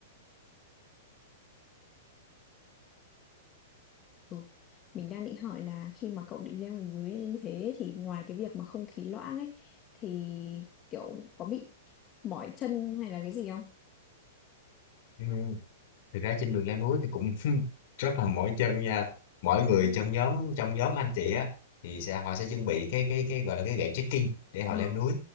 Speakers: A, on the left; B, on the left.
A: ừ, Mình đang định hỏi là khi mà cậu định leo lên núi như thế thì ngoài cái việc mà không khí loãng ấy thì kiểu có bị mỏi chân hay là cái gì không?
B: ừ. thực ra trên đường leo núi thì cũng <laughs> rất là mỏi chân nha mỗi người
A: Ừ.
B: trong nhóm trong nhóm anh chị á thì sẽ họ sẽ chuẩn bị cái cái cái gọi là cái gậy trekking để họ
A: À,
B: leo núi